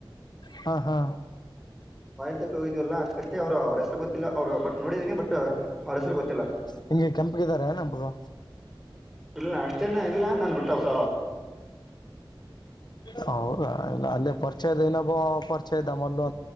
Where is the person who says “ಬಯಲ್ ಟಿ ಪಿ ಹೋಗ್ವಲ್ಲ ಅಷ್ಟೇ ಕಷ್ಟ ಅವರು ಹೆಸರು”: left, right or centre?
Centre